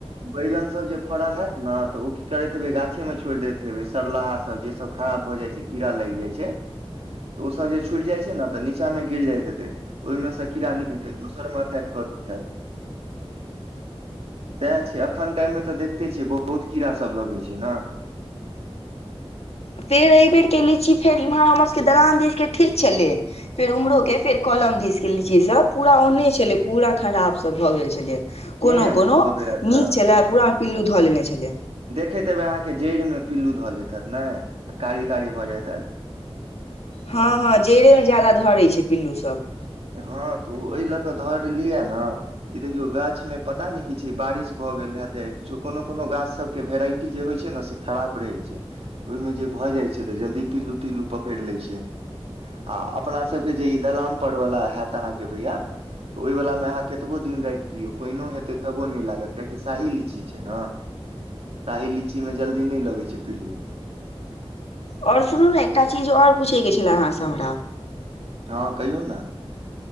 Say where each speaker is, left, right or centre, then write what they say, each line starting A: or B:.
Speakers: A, on the right; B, on the left.
A: बैगन सब जे फड़ल हैत न तऽ ओ की करैत हेबै गाछे में छोड़ि दैत हेबै। सरलाहा सब जे सब खराब भऽ जाइ छै कीड़ा लइग जाइ छै। तऽ ओ सभ जे छुट जाइ छै न तऽ नीचा म गिर जाइत हेतै। तऽ ओइमें से कीड़ा निकैल कऽ एक दोसर मऽ अटैक कऽ दैत हैत सेह छै एखन टाइम में तऽ देखते छियै बहुत कीड़ा सभ लगैत छै न
B: फेर एहिबेर केँ लीची फेर इम्हर हमर सभ दलान दिस ठीक छलै। फेर उम्हरो केँ फेर कलम दिस कऽ लीची सब पूर ओहने छलै पूरा खराब सभ भऽ गेल छलै।
A: केहन
B: कोनो कोनो
A: भऽ गेल हैत खराब
B: नीक छलै पुरा में पिल्लु धल लेने छलै
A: देखैत हेबे अहाँकेँ जैड़ में पिल्लू धऽ लेत नै आ कारी कारी भऽ जैत हैत
B: हँ हँ जड़े में ज्यादा धरै छै पिल्लू सब
A: हँ तऽ ओ अइ लऽ कऽ धर लियै न कि देखियौ गाछ में पता नै किछ बारिश भऽ गेल हेतै किछो कोनो कोनो गाछ सभ केँ भेराइटी टी जे होइ छै ने से खराब रहै छै तऽ ओइमे जे भऽ जाइत छै तऽ जल्दी पिल्लू तिल्लू पकड़ि लैत छै। आ अपना सभ कऽ जे ई दलाम पर वला होत अहाँ केँ भैया। तऽ ओइ वला में अहाँ कतबो दिन राइख लियौ पाइनोओ हेतै तबो नै लागत कियकि शाही लीची छै न शाही लीचीमे जल्दी नहि लगैत छै पिल्लू।
B: आओर सुनू ने एकटा चीज आओर पूछयके छल। अहाँसँ हमरा
A: हँ कहियौ न